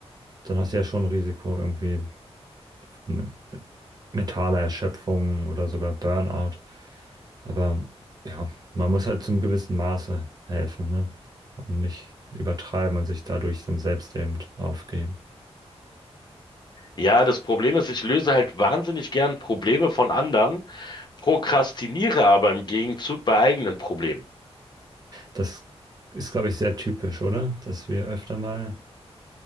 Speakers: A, on the right; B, on the left.
A: dann hast du ja schon ein Risiko irgendwie von mentaler Erschöpfung oder sogar Burnout. Aber ja, man muss halt zum gewissen Maße helfen, ne? Und nicht übertreiben und sich dadurch dann selbst eben aufgeben.
B: Ja, das Problem ist, ich löse halt wahnsinnig gern Probleme von anderen, prokrastiniere aber im Gegenzug bei eigenen Problemen.
A: Das ist, glaube ich, sehr typisch, oder? Dass wir öfter mal